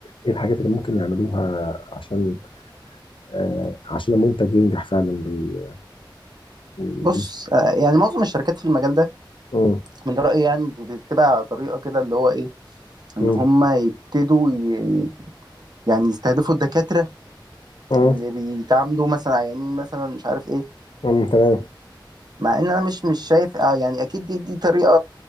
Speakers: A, on the left; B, on the right.
A: ايه الحاجات اللي ممكن يعملوها عشان آه، عشان المنتج ينجح فعلا وي- وي-
B: بص
A: وي-
B: آه، يعني معظم الشركات في المجال ده
A: مم،
B: من رأيي يعني بتبقى طريقة كده اللي هو ايه ان
A: مم،
B: هم يبتدوا ي... يعني يستهدفوا الدكاترة
A: مم،
B: اللي بيتعاملوا مثلا عيانين مثلا مش عارف ايه
A: مم، تمام
B: مع ان انا مش مش شايف اه يعني اكيد دي دي طريقة